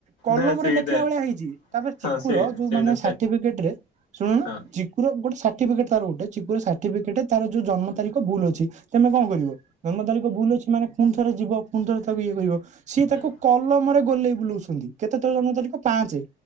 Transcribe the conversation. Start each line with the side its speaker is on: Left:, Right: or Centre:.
Right: କଲମରେ
Left: ନା ସେଇଟା
Right: ଲେଖିଲା ଭଳିଆ ହେଇଛି। ତାପରେ ଚିକୁର
Left: ହଁ ସେ
Right: ଯୋଉ
Left: ସେଇଟା
Right: ମାନେ ସାର୍ଟିଫିକେଟ ରେ ଶୁଣୁନ
Left: ହଁ
Right: ଚିକୁୁର ଗୋଟେ ସାର୍ଟିଫିକେଟ ତାର ଗୋଟେ ଚିକୁର ସାର୍ଟିଫେଟ ତାର ଯୋଉ ଜନ୍ମ ତାରଖ ଭୁଲ ଅଛି, ତମେ କଣ କରିବ ଜନ୍ମ ତାରିଖ ଭୁଲ ଅଛି ମାନେ ପୁଣୀ ଥରେ ଯିବ ପୁଣି ଥରେ ତାକୁ ଇଏ କରିବ। ସିଏ ତାକୁ
Left: ହୁଁ
Right: କଲମରେ ଗୋଲେଇ ବୁଲଉଛନ୍ତି କେତେ ତର ଜନ୍ମ ତାରିଖ ପାଞ୍ଚେ,